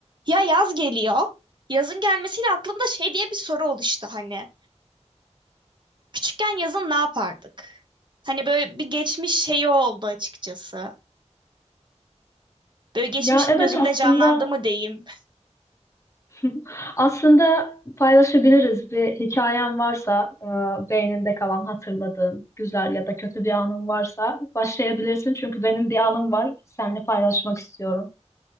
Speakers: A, on the right (about 40°); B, on the left (about 25°).
A: Ya yaz geliyor. Yazın gelmesiyle aklımda şey diye bir soru oluştu hani. Küçükken yazın ne yapardık? Hani böyle bir geçmiş şeyi oldu açıkçası. Böyle geçmişim
B: Ya evet
A: gözümde
B: aslında
A: canlandı mı diyeyim.
B: <laughs> aslında paylaşabiliriz bir hikayen varsa e, beyninde kalan hatırladığın güzel ya da kötü bir anın varsa başlayabilirsin çünkü benim bir anım var seninle paylaşmak istiyorum.